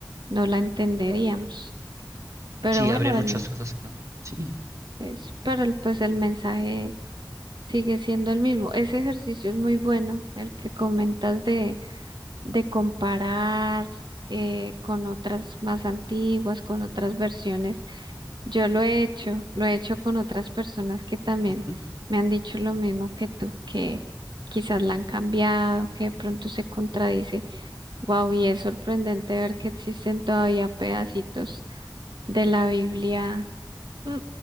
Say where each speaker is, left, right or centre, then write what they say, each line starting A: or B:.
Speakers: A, on the right; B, on the right.
A: no la entenderíamos. Pero
B: Sí, sí,
A: bueno,
B: habrían
A: el,
B: muchas cosas que no. Sí,
A: es, pero el- pues el mensaje sigue siendo el mismo. Ese ejercicio es muy bueno, el que comentas de, de comparar eh, con otras más antiguas, con otras versiones Yo lo he hecho, lo he hecho con otras personas que también
B: ujú.
A: me han dicho lo mismo que tú, que quizás la han cambiado, que de pronto se contradice. Wow, y es sorprendente ver que existen todavía pedacitos de la Biblia, mm,